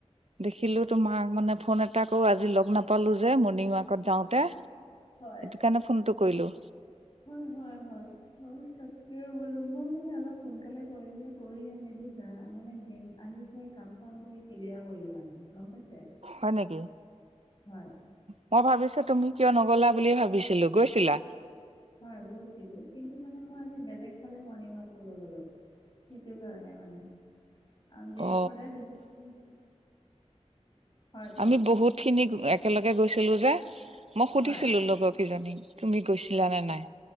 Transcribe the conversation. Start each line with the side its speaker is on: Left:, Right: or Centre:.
Right: দেখিলো তোমাক মানে ফোন এটা কৰো আজি লগ নাপালো যে মৰ্ণিং ৱাকত যাওঁতে
Left: হয়
Right: সেইকাৰনে ফোনটো কৰিলোঁ
Left: হয় হয় হয় অ তাকে বোলো মোৰ মানে অলপ সোনকালে কৰিলো যে কৰি মেলি গা মানে গেম আহি থৈ কাম চাম কৰি ক্লিয়াৰ কৰিলোঁ মানে গম পাইছে
Right: হয় নেকি
Left: হয়
Right: মই ভাবিছো তুমি কিয় নগ'লা বুলি ভাবিছিলো গৈছিলা
Left: হয় গৈছিলো কিন্তু মানে মই আজি বেলেগ ফালে মৰ্ণিং ৱাক কৰিবলৈ গ'লো সেইটো কাৰণে মানে <unintelligible>
Right: অ
Left: সদায় হয় কওক
Right: আমি বহুত খিনি একেলগে গৈছিলো যে মই সুধিছিলো
Left: হয়
Right: লগৰ কেইজনীক তুমি গৈছিলা নে নাই